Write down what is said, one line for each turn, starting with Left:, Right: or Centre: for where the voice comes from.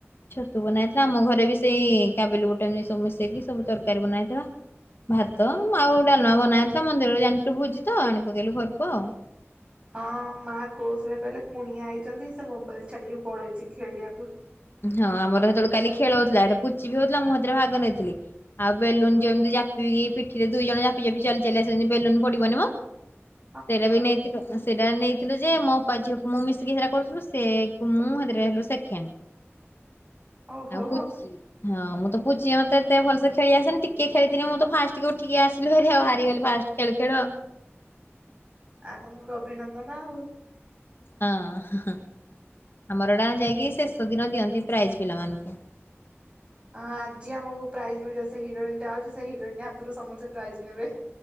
Left: ଛତୁ ବନା ହେଇଥିଲା ଆମ ଘରେ ବି ସେଇ କାବୁିଲି ବୁଟା ନେଇ ସବୁ ମିଶେଇକି ସବୁ ତରକାରୀ ବନା ହେଇଥିଲା। ଭାତ, ଆଉ ଡାଲମା ବନା ହେଇଥିଲା ମନ୍ଦିରରେ ଜାଣିଥିଲୁ ଭୋଜି ତ ଆଣି ପକେଇଲୁ ଘରକୁ ଆଉ।
Right: ହଁ, ମା କରୁଥିଲେ କହିଲେ କୁଣିଆ ଆଇଛନ୍ତି ସେ ମୋବାଇଲ ଛାଡିକି ପଳେଇଛି ଖେଳିବାକୁ।
Left: ହଁ ଆମର ହେତେବେଳେ କାଲି ଖେଳ ହଉଥିଲା ଏଟା ପୁଚି ବି ହଉଥିଲା ମୁଁ ହେଥିରେ ଭାଗ ନେଇଥିଲି। ଆଉ ବେଲୁନ୍ ଯେମିତି ଚାପିକି ପିଠିରେ ଦୁଇ ଜାପି ଜାପି ଚାଲି ଚାଲି ଆସନ୍ତି ବେଲୁନ ପଡିବନି ମ।
Right: <inaudible>
Left: ଢେରା ବି ନେଇଥିଲୁ। ସେଇଟା ନେଇଥିଲୁ ଯେ ମୋପା ଝିଅକୁ ମୁଁ ମିଶିକି ସେଟା କରୁଥିଲୁ ସେ ମୁଁ ହେଥିରେ ହେଲୁ ସେକେଣ୍ଡ।
Right: ଓହୋ ହୋ
Left: ଆ
Right: ହୋ
Left: ପୁଚି ହଁ ମୁଁ ତ ପୁଚି ମତେ ଏତେ ଭଲସେ ଖେଳିଆସେନି ଟିକେ ଖେଳିଥିଲି ମୁଁ ତ ଫାଷ୍ଟ ଟିକେ ଉଠିକି ଆସିଲି ଭାରି ଆଉ ହାରିଗଲି ଫାଷ୍ଟ। ଖେଳୁ ଖେଳୁ ଆ
Right: ଆ ତମକୁ ଅଭିନନ୍ଦନ ଆଉ।
Left: ହଁ ହାଁ ଆମର ଏଟା ଯାଇକି ଶେଷ ଦିନ ଦିଅନ୍ତି ପ୍ରାଇଜ ପିଲାମାନଙ୍କୁ।
Right: ହଁ ଆଜି ଆମକୁ ପ୍ରାଇଜ୍ ମିଳିବ ସେ ହିରୋଇନଟା ଆଉଚି ସେ ହିରୋଇନ ହାତରୁ ସମସ୍ତେ ପ୍ରାଇଜ୍ ନେବେ।